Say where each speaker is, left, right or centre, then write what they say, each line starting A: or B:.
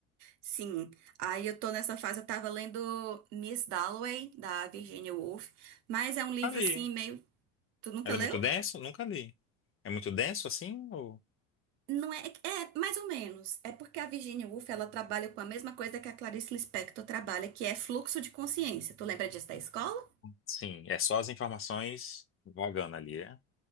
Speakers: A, on the right (about 75°); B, on the left (about 35°).
A: sim. Aí eu tô nessa fase, eu tava lendo Miss Dalloway, da Virginia Woolf, mas é um livro,
B: Ali.
A: assim, meio... Tu nunca
B: Mas
A: leu?
B: é muito denso? Nunca li. É muito denso assim? Ou...
A: Não é... É, mais ou menos. É porque a Virginia Woolf, ela trabalha com a mesma coisa que a Clarice Lispector trabalha, que é fluxo de consciência. Tu lembra disso da escola?
B: Sim, é só as informações vagando ali, é?